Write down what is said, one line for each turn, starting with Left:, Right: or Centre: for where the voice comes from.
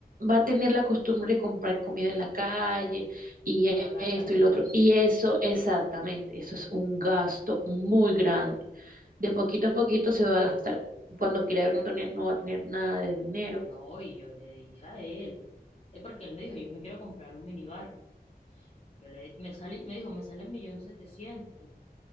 Right: va a tener la costumbre de comprar comida en la calle y
Left: Y
Right: e-,
Left: va a gastar
Right: esto y lo
Left: más.
Right: otro. Y eso, exactamente, eso es un gasto muy grande. De poquito en poquito se va a gastar. Cuando quiera ver un tonel no va a tener nada de dinero.
Left: No, y yo le dije a él, es porque él me dijo, yo me quiero comprar un minibar. Yo le, me salí, me dijo, me sale un millón setecientos.